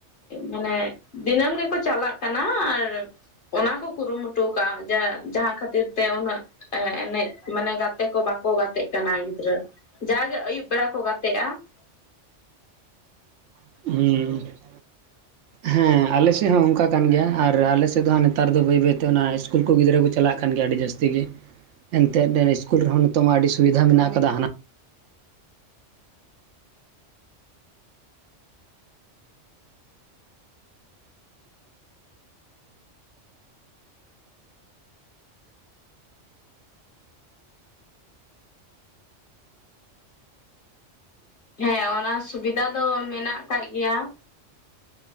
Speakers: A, on the left (about 45°); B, on the right (about 75°).
A: ᱢᱟᱱᱮ ᱫᱤᱱᱟᱹᱢ ᱜᱮᱠᱚ ᱪᱟᱞᱟᱜ ᱠᱟᱱᱟ ᱟᱨ ᱚᱱᱟ ᱠᱚ ᱠᱩᱨᱩᱢᱩᱴᱩ ᱟᱠᱟᱜ-ᱟ ᱡᱮ ᱡᱟᱦᱟᱸ ᱠᱷᱟᱹᱛᱤᱨ ᱛᱮ ᱩᱱᱟᱹᱜ ᱮ ᱮᱱᱮᱡ ᱢᱟᱱᱮ ᱜᱟᱛᱮ ᱠᱚ ᱵᱟᱠᱚ ᱜᱟᱛᱮᱜ ᱠᱟᱱᱟ ᱜᱤᱫᱽᱨᱟᱹ ᱡᱟᱜᱮ ᱟᱹᱭᱩᱵ ᱵᱮᱲᱟ ᱠᱚ ᱜᱟᱛᱮᱜᱼᱟ ᱾
B: ᱦᱮᱸ ᱾ ᱦᱮᱸ ᱟᱞᱮ ᱥᱮᱫ ᱦᱚᱸ ᱚᱱᱠᱟ ᱠᱟᱱ ᱜᱮᱭᱟ᱾ ᱟᱨ ᱟᱞᱮ ᱥᱮᱫ ᱫᱚ ᱦᱟᱸᱜ ᱱᱮᱛᱟᱨ ᱫᱚ ᱵᱟᱹᱭ ᱵᱟᱹᱭᱛᱮ ᱚᱱᱟ ᱥᱠᱩᱞ ᱠᱚ ᱜᱤᱫᱽᱨᱟᱹ ᱠᱚ ᱪᱟᱞᱟᱜ ᱠᱟᱱ ᱜᱮᱭᱟ ᱟᱹᱰᱤ ᱡᱟᱹᱥᱛᱤ ᱜᱮ ᱾ ᱮᱱᱛᱮᱫ ᱤᱥᱠᱩᱞ ᱨᱮᱦᱚᱸ ᱱᱤᱛᱚᱜ ᱢᱟ ᱟᱹᱰᱤ ᱥᱩᱵᱤᱫᱷᱟ ᱢᱮᱱᱟᱜ ᱟᱠᱟᱫᱟ ᱦᱟᱱᱟ
A: ᱦᱮᱸ ᱚᱱᱟ ᱥᱩᱵᱤᱫᱷᱟ ᱫᱚ ᱢᱮᱱᱟᱜ ᱠᱟᱜ ᱜᱮᱭᱟ ᱾